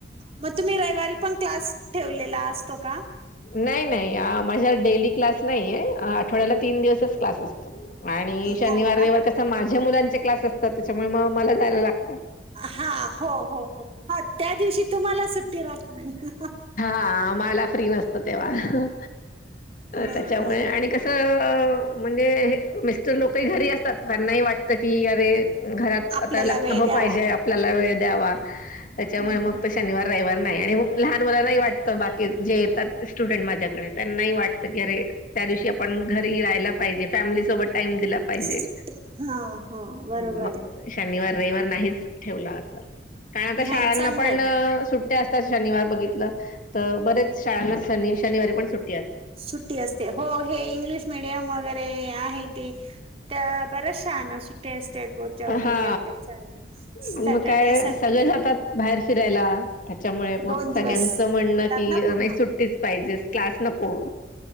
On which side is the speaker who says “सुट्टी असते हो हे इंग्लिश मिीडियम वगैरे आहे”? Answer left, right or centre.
Right